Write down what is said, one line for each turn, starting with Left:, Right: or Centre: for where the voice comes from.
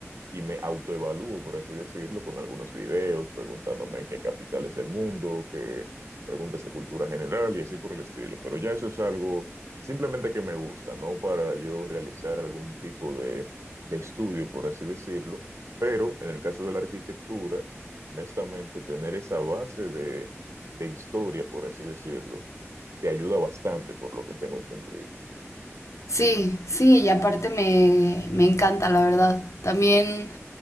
Right: y me autoevalúo, por así decirlo, con algunos videos, preguntándome qué capitales del mundo, qué preguntas de cultura general y así por el estilo. Pero ya eso es algo simplemente que me gusta, no para yo realizar algún tipo de, de estudio, por así decirlo. Pero en el caso de la arquitectura, honestamente, tener esa base de, de historia, por así decirlo, te ayuda bastante, por lo que tengo entendido.
Left: Sí, sí, y aparte me, me encanta, la verdad. También